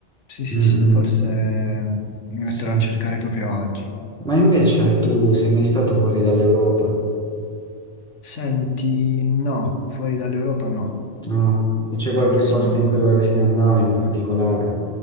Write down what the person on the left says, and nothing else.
sì, sì,
sì,
forse mi
metterò a cercare proprio oggi.
Senti, no, fuori dall'Europa no.
Non sono...